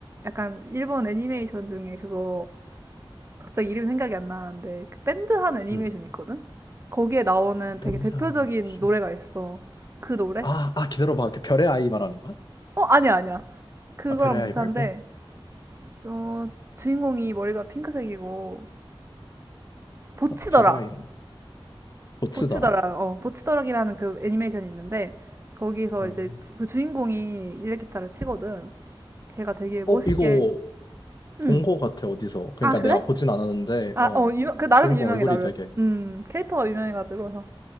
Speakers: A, on the right (about 30°); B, on the left (about 45°).
A: 약간 일본 애니메이션 중에 그거 갑자기 이름 생각이 안 나는데 그 밴드 한 애니메이션
B: 음.
A: 있거든? 거기에 나오는 되게
B: 밴드
A: 대표적인
B: 하는 애니메이션.
A: 노래가 있어. 그 노래?
B: 아, 아 기다려봐. 그 별의 아이 말하는 거야?
A: 어, 아니야, 아니야. 그거랑
B: 아, 별의
A: 비슷한데,
B: 아이 말고?
A: 어, 주인공이 머리가 핑크색이고, 보치더락
B: 어, 별의 아이. 고치더라?
A: 보치더락 어, 보치더락이라는 그 애니메이션이 있는데, 거기서
B: 어,
A: 이제 주- 그 주인공이 일렉기타를 치거든. 걔가 되게 멋있게.
B: 어, 이거
A: 응.
B: 본 거 같아, 어디서. 그러니까
A: 아, 그래?
B: 내가 보진 않았는데,
A: 아,
B: 어,
A: 어, 유명, 그 나름
B: 주인공
A: 유명해,
B: 얼굴이
A: 나름.
B: 되게,
A: 음, 캐릭터가 유명해가지고. 그래서